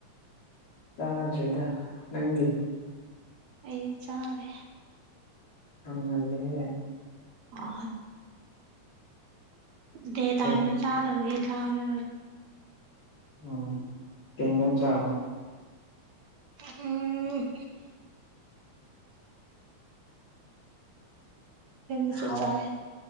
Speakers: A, on the left; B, on the right.
A: ꯂꯗꯣꯏꯗ ꯅꯪꯗꯤ
B: ꯑꯩ ꯆꯥꯔꯦ
A: ꯅꯪꯂꯍꯦ
B: ꯑ ꯗꯦ
A: ꯀꯩ
B: ꯇꯅ ꯇꯒꯦ ꯏꯗ ꯂꯦ
A: ꯎꯝ ꯇꯗꯝ ꯆꯥꯕ
B: ꯎꯝ ꯕꯦꯝꯕꯨ ꯁꯨꯠ
A: ꯍꯥꯎ
B: ꯆꯥꯏ